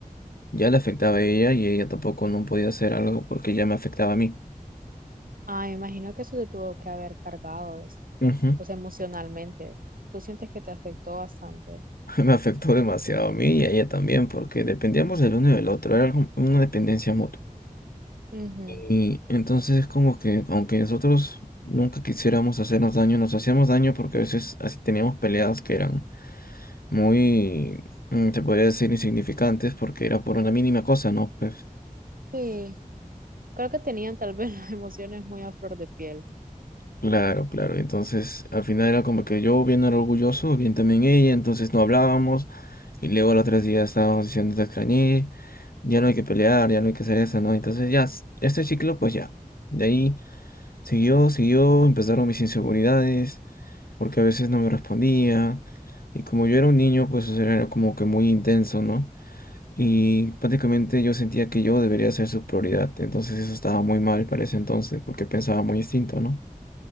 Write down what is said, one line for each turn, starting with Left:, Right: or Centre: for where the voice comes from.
Left: ya le afectaba a ella y ella tampoco no podía hacer algo porque ya me afectaba a mí.
Right: Ah, me imagino que eso te tuvo que haber cargado, es-
Left: Ujú.
Right: pues emocionalmente. Tú sientes que te afectó bastante.
Left: <laughs> Me afectó demasiado a mí y a ella también, porque dependíamos del uno y del otro, era algo- una dependencia mutua.
Right: Ujú.
Left: Y entonces es como que, aunque nosotros nunca quisiéramos hacernos daño, nos hacíamos daño porque a veces así teníamos peleas que eran muy, mm, se podría decir, insignificantes, porque era por una mínima cosa, ¿no? Pues,
Right: Sí, creo que tenían tal vez <laughs> las emociones muy a flor de piel,
Left: Claro, claro. Entonces, al final era como que yo bien era orgulloso, bien también ella, entonces no hablábamos. Y luego los tres días estábamos diciendo te extrañé, ya no hay que pelear, ya no hay que hacer eso, ¿no? Entonces ya, s- este ciclo, pues ya. De ahí siguió, siguió, empezaron mis inseguridades, porque a veces no me respondía. Y como yo era un niño, pues o sea, era como que muy intenso, ¿no? Y prácticamente yo sentía que yo debería ser su prioridad. Entonces eso estaba muy mal para ese entonces, porque pensaba muy distinto, ¿no?